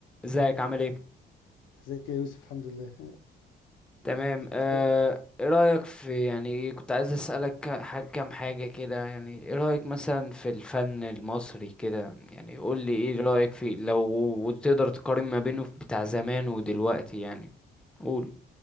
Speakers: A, in the centre; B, on the left.
A: ازيك عامل ايه
B: ازيك يا يوسف الحمد لله
A: تمام آه،
B: تحاول-
A: ايه رأيك في يعني كنت عايز اسألك ك- ح- كام حاجة كده يعني ايه رأيك مثلا في الفن المصري كده يعني قول لي ايه رأيك فيه لو تقدر تقارن ما بينه بتاع زمان ودلوقتي يعني قول